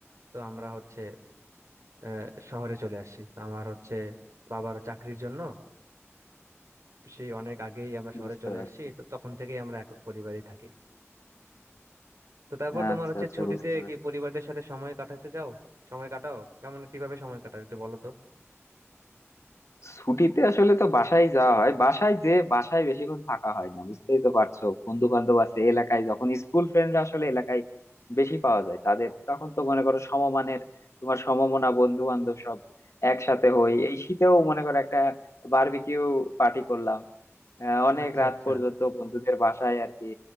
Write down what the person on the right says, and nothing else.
তো আমরা হচ্ছে আহ, শহরে চলে আসি তো আমার হচ্ছে বাবার চাকরির জন্য সেই অনেক আগেই আমরা শহরে
চলে
আসছি তো তখন থেকেই আমরা একক পরিবারই থাকি তো তারপর তোমার
হচ্ছে
ছুটিতে
কি পরিবারদের সাথে সময় কাটাতে যাও সময় কাটাও কেমন কিভাবে সময় কাটাও একটু বলো তো
আচ্ছা
আচ্ছা